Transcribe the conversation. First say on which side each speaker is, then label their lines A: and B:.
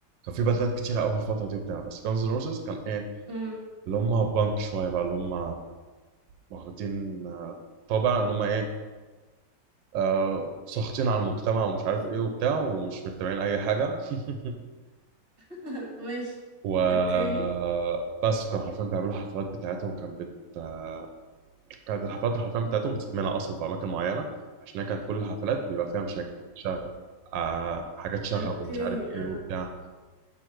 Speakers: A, on the right; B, on the right.
A: كان في باندات كتيرة أوي في الفترة دي وبتاع بس Guns N' Roses كان إيه
B: امم
A: اللي هم بانك شوية بقى اللي هم واخدين آه، طابع إن هم إيه آه ساخطين على المجتمع ومش عارف إيه وبتاع ومش متابعين أي حاجة <laughs>
B: <laughs> ماشي
A: وبس
B: اوكي
A: وكانوا حرفيا بيعملوا حفلات بتاعتهم كانت بت... آه، كانت الحفلات الحرفيا بتاعتهم بتتمنع اصلا في اماكن معينه عشان هي كانت كل الحفلات بيبقى فيها مشاكل بيبقى شغب آه حاجات شغب
B: اوكي
A: ومش عارف
B: آه.
A: ايه وبتاع